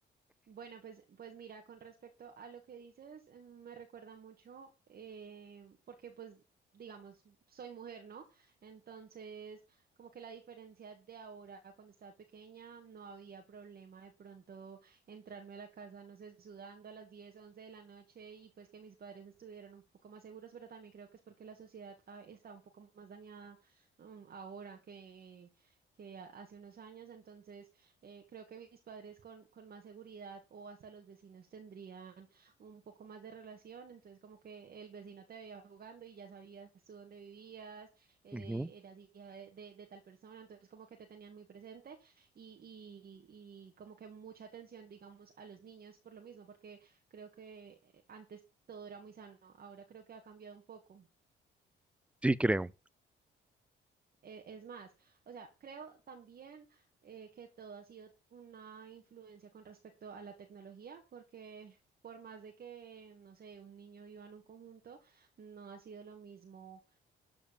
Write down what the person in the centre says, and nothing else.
Ujú.
Sí, creo.